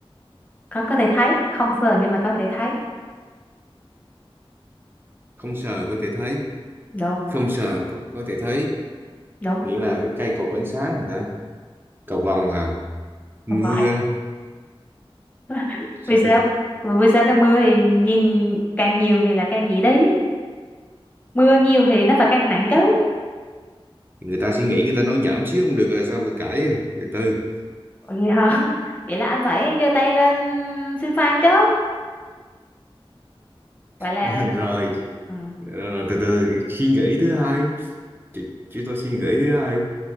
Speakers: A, on the left (about 15°); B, on the right (about 20°).
A: có có thể thấy không sờ nhưng mà có thể thấy
B: không sờ có thể thấy
A: đúng
B: không sờ có, có thể thấy
A: đúng
B: nghĩa là cái cây cột ánh sáng hả ta cầu vồng hả mưa
A: không phải <laughs>
B: Chỉ
A: vì sao
B: vì
A: vì vì sao cái mưa thì nhìn càng nhiều thì là càng nhẹ đi mưa nhiều thì nó phải càng nặng chứ
B: người ta suy nghĩ người ta nói nhảm xíu không được rồi sao mà cãi từ từ
A: Vậy hả? <laughs> Vậy là anh phải giơ tay lên xin fan chứ. Vậy là
B: <laughs> rồi, chị-
A: ừ.
B: rồi từ từ suy nghĩ thứ hai Chị- chúng tôi suy nghĩ thứ hai